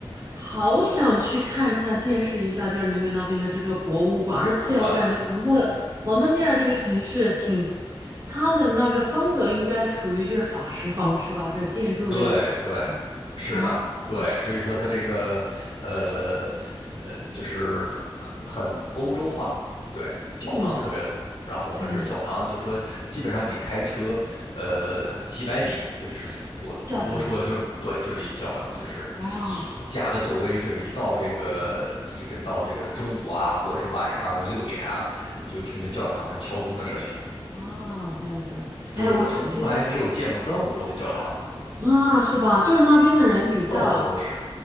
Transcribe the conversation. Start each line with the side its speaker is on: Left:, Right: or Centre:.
Right: 好想去看一看、见识一下，就是你们那边的这个博物馆。而且我感觉蒙特蒙特利尔这个城市挺，
Left: 博物馆。
Right: 它的那个风格应该属于就是法式风，是吧？就是建筑类的。
Left: 对对，
Right: 啊
Left: 是的，
Right: 啊，
Left: 对，
Right: 是，
Left: 所以说它这个呃呃，就是很很欧洲化，对，教堂特别多。
Right: 嗯，
Left: 然后我们这儿教堂就是说，
Right: 对，
Left: 基本上你开车呃几百米，就是我我多说就对，
Right: 教堂，
Left: 就是一教堂，就是
Right: 哇
Left: 家的周围，是一到这个这个到这个中午啊，或者是晚上的六点啊，你就听着教堂的敲钟的声音。
Right: 啊，这样子。哎，
Left: 对，
Right: 我感觉。
Left: 我从来没有见过这么多的教堂，
Right: 啊，是吧？就是那边的人比较
Left: 到处都是